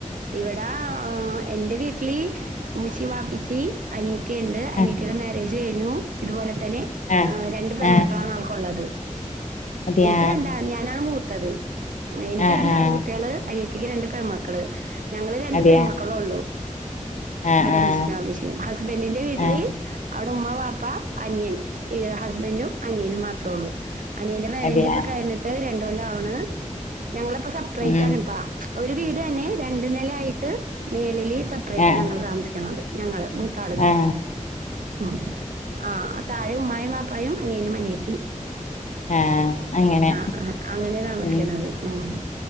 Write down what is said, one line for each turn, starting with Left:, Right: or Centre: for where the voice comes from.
Right: ഇവിടാ ആ എന്റെ വീട്ടില് ഉമ്മിച്ചി വാപ്പിച്ചി അനിയത്തി ണ്ട് അനിയത്തീടെ
Left: ആഹ്
Right: മാര്യേ ര്യേജ് കെയ്ഞ്ഞു ഇത്പോലെ തന്നെ
Left: ആഹ്
Right: രണ്ട് പെൺമക്കളാണ്
Left: ആഹ്
Right: ഓൾക്കാെള്ളത്
Left: അതെയാ
Right: എനിക്ക് രണ്ടാൺ ഞാനാണ് മൂ ത്തത് എനിക്ക്
Left: ആഹ്
Right: രണ്ട്
Left: ആഹ്
Right: ആങ്കു അനിയത്തിക്ക് രണ്ട് പെമ്മക്കള് ഞങ്ങള് രണ്ട്
Left: അതെയാ
Right: പെമ്മക്കളൊള്ളു
Left: ആഹ്
Right: അവ്ടെ <unintelligible>
Left: ആഹ്
Right: ഹസ്ബന്റിന്റെ വീട്ടില്
Left: ആഹ്
Right: അവ്ടെ ഉമ്മ വാപ്പ അനിയൻ ഏ ഹസ്ബന്റും അനിയനും മാത്രാെള്ളു അനിയന്റെ മാരേജ്പ്പ
Left: അതെയാ
Right: കയ്ഞ്ഞ്ട്ട് രൺ ഒലാണ് ഞങ്ങളെപ്പ ട്ട്രയ്റ്റാണ്
Left: ഉം
Right: ഇപ ഒരു വീടെന്നെ രണ്ട് നെല ആയിട്ട് മേലെല് സപ്പ്റേറ്റ
Left: ആഹ്
Right: ഞങ്ങള് താമസിക്ക്ണത് ഞങ്ങള് മൂത്താള്
Left: ആഹ്
Right: മ്മ് ആഹ് താഴെ ഉമ്മായും ബാപ്പായും ഉപ്പായും അനിയനും അനിയത്തിയും
Left: ആഹ് അങ്ങനെ
Right: ആഹ് ആഹ് അങ്ങനെ താമസിക്കണത്
Left: ഉം
Right: മ്മ്